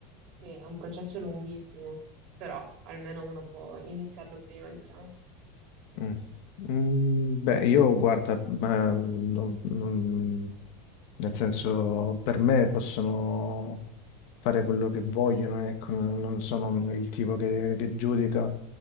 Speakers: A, on the right; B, on the left.
A: sì, è un processo lunghissimo, però almeno uno può iniziarlo prima, diciamo.
B: Mm. Mm, beh, io guarda, ma, mm, non- non- nel senso, per me possono, fare quello che vogliono, ecco, non non sono il tipo che, che giudica,